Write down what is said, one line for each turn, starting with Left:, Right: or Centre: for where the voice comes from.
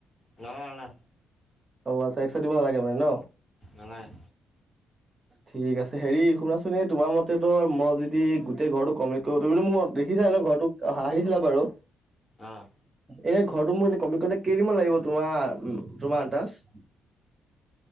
Left: নালাগে
Right: অ আচ্ছা এক্সটা দিব নালাগে মানে ন
Left: নালাগে নালাগে
Right: ঠিক আছে হেৰি শুনাচোন এই তোমাৰ মতেতো মই যদি গোটেই ঘৰটো কম্লিট কৰো তুমি মোক দেখি ছাই ন ঘৰতোক আহিছিলা বাৰু
Left: অহ
Right: এ ঘৰটো মোৰ এ কম্লিট কৰোতে কেইদিনমান লাগিব তোমাৰ তোমাৰ আন্দাজ